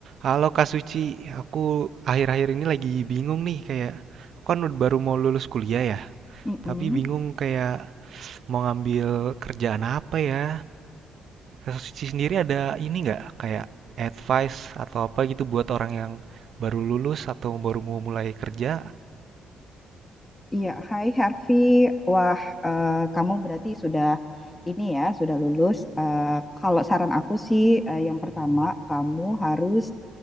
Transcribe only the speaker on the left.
Mm-mm.
Iya, Hai Harvey. Wah, eh, kamu berarti sudah ini ya, sudah lulus. Eh, kalau saran aku sih, eh, yang pertama kamu harus